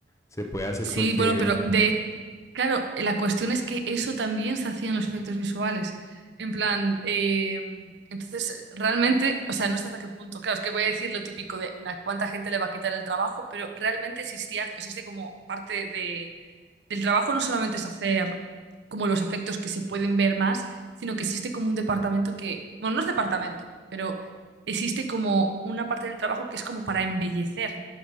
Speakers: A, on the left; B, on the right.
A: se puede hacer
B: Sí,
A: cualquier,
B: bueno, pero de,
A: <laughs>
B: claro, la cuestión es que eso también se hacía en los efectos visuales. En plan, eh, entonces realmente, o sea, no sé hasta qué punto. Claro, es que voy a decir lo típico de "Nah, cuánta gente le va a quitar el trabajo, pero realmente existía, existe como parte de, del trabajo no solamente es hacer como los efectos que se pueden ver más, sino que existe como un departamento que, bueno, no es departamento, pero existe como una parte del trabajo que es como para embellecer